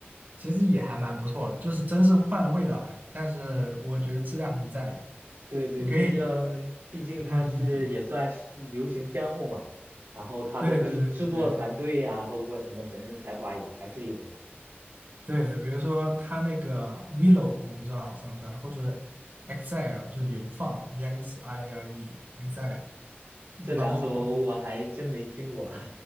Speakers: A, on the right; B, on the right.
A: 其实也还蛮不错的，就是真是换了味道而已。但是我觉得质量还是在的。
B: 对对，
A: 你可以，
B: 毕竟毕竟他是也算是流行天后嘛，
A: 嗯，
B: 然后他的制制作团队呀、
A: 对对对对对
B: 包括什么本身的才华也还是有的。
A: 对，比如说他那个 Milo，我不知道算不算，或者 Exile 就是流放，E X I L E Exile，
B: 这两首我还真没听过，
A: 然后包。
B: <laughs>